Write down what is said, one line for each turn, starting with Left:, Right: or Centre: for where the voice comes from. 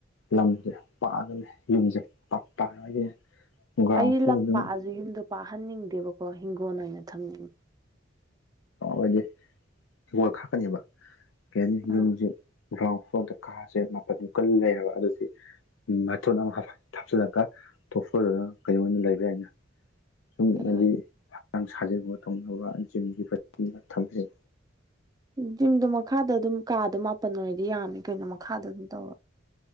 Left: ꯂꯝꯁꯦ ꯄꯥꯛꯑꯒꯅꯦ ꯌꯨꯝꯁꯦ ꯄꯥꯛ <unintelligible> ꯒ꯭ꯔꯥꯎꯟ
Right: ꯑꯩꯗꯤ
Left: ꯐ꯭ꯂꯣꯔ
Right: ꯂꯝ
Left: ꯑꯗꯨꯝ
Right: ꯄꯥꯛꯑꯁꯨ ꯌꯨꯝꯗꯣ ꯄꯥꯛꯍꯟꯅꯤꯡꯗꯦꯕꯀꯣ ꯍꯤꯡꯒꯣꯜ ꯑꯣꯏꯅ ꯊꯝꯅꯤꯡꯏ
Left: ꯑꯩꯗꯤ ꯍꯤꯡꯒꯣꯜ ꯈꯥꯛꯀꯅꯤꯕ ꯀꯩ ꯍꯥꯏꯅꯤ
Right: ꯑꯥ
Left: ꯌꯨꯝꯁꯨ ꯒ꯭ꯔꯥꯎꯟ ꯐ꯭ꯂꯣꯔꯗ ꯈꯥꯛꯑꯁꯦ ꯃꯥꯄꯟ ꯃꯨꯀꯥ ꯂꯩꯔꯕ ꯑꯗꯨꯗꯤ ꯃꯊꯣꯟ ꯑꯃ ꯍꯥꯞꯆꯜꯂꯒ ꯇꯣꯞ ꯐ꯭ꯂꯣꯜꯗꯅ ꯀꯩꯅꯣ ꯑꯣꯏꯅꯥ ꯂꯩꯕ ꯌꯥꯏꯅ ꯁꯨꯝ
Right: ꯀꯩ
Left: ꯅꯒꯤ
Right: ꯑꯣꯏ
Left: ꯍꯛꯆꯥꯡ ꯁꯖꯦꯜꯒꯨꯝꯕ ꯇꯧꯅꯕ ꯖꯤꯝꯒꯤ ꯀꯩꯒꯤ ꯊꯝ ꯌꯥꯏ
Right: ꯖꯤꯝꯗꯣ ꯃꯈꯥꯗ ꯑꯗꯨꯝ ꯀꯥꯗꯣ ꯃꯥꯄꯟ ꯑꯣꯏꯔꯗꯤ ꯌꯥꯝꯃꯤ ꯀꯩꯅꯣ ꯃꯈꯥꯗ ꯑꯗꯨꯝ ꯇꯧꯔꯣ